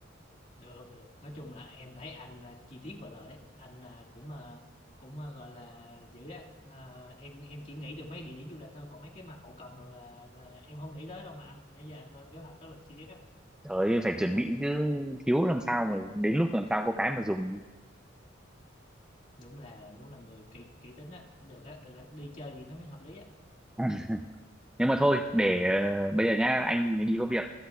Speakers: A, on the left (about 40°); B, in the centre.
A: Được được. Nói chung là em thấy anh là chi tiết và lời đấy. Anh là cũng ờ, cũng ờ, gọi là dữ á. Ờ, em em chỉ nghĩ được mấy địa điểm du lịch thôi còn mấy cái mà hậu cần rồi là là em không nghĩ tới đâu mà anh nãy giờ anh lên kế hoạch rất là chi tiết á.
B: trời ơi, phải chuẩn bị chứ thiếu làm sao mà đến lúc làm sao có cái mà dùng
A: Đúng là đúng là người kỹ kỹ tính á. Được á, được á. Đi chơi gì nó mới hợp lý á.
B: <laughs> nhưng mà thôi để ờ, bây giờ nhá anh đi có việc